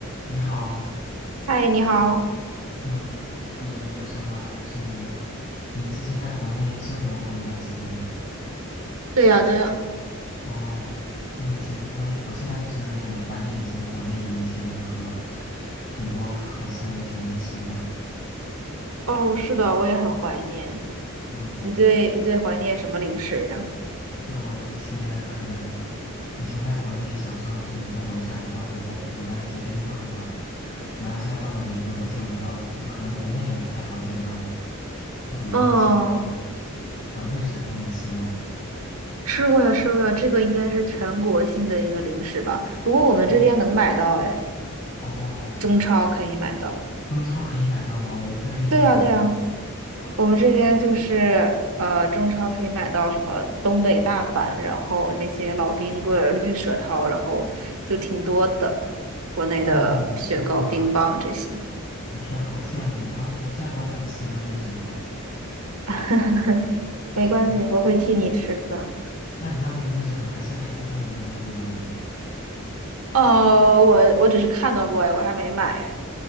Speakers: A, on the left; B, on the right.
A: 你好，
B: 嗨，你好。
A: 嗯，你有什么就是你之前在国内生活过一段时间吗？
B: 对呀，对呀，
A: 哦，你以前我也我现在就是很怀念以前国内有一些那个很多好吃的一些零食呢。
B: 哦，是的，我也很怀念。
A: 嗯，对，
B: 你最你最怀念什么零食呀？
A: 就一些可能以前在国内小时候就能在楼下买到很多不同的那些冰棒吧，然后现在到了美国都见不到，就可能国内也不太好见到了。就比如那些那个
B: 嗯，
A: 呃绿舌头，你吃过吗？
B: 吃过呀，吃过呀，这个应该是全国性的一个零食吧？不过我们这边能买到，
A: 嗯
B: 哎，
A: 哦，
B: 中超可以买到。
A: 中超可以买到吗？我们这边居然买不到。
B: 对呀，对呀，
A: 啊，
B: 我们这边就是呃，中超可以买到什么东北大板，然后那些老冰棍儿、绿舌头，然后就挺多的，国内的雪糕、
A: 哦，我天呐，
B: 冰棒这些。
A: 我天，好羡慕，好，我现在好想吃一下绿舌头。
B: <laughs> 没关系，
A: 嗯，
B: 我会替你吃的。
A: 那你那边的绿舌头还是还是当年那个味道吗？
B: 哦，我我只是看到过，哎我还没买，